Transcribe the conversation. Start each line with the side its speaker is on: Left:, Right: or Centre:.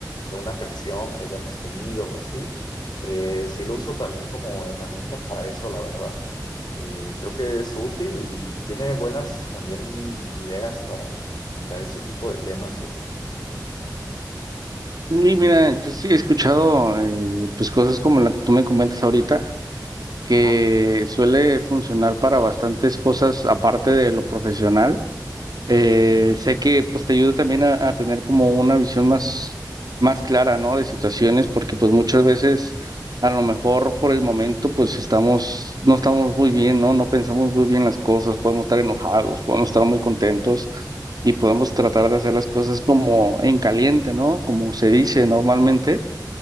Left: de una fricción que hayamos tenido o así eh, sí lo uso también como herramienta para eso, la verdad. Eh, creo que es útil y, y tiene buenas también ideas para, para ese tipo de temas, ¿eh?
Right: Y mira, yo sí he escuchado eh, pues cosas como la que tú me comentas ahorita, que
Left: Ajá.
Right: suele funcionar para bastantes cosas aparte de lo profesional. Eh,
Left: ujú,
Right: sé que pues te ayuda también a, a tener como una visión más, más clara, ¿no? De situaciones, porque pues muchas veces a lo mejor por el momento pues estamos, no estamos muy bien, ¿no? No pensamos muy bien las cosas, podemos estar enojados, podemos estar muy contentos y podemos tratar
Left: Ajá.
Right: de hacer las cosas como en caliente, ¿no? Como se dice normalmente,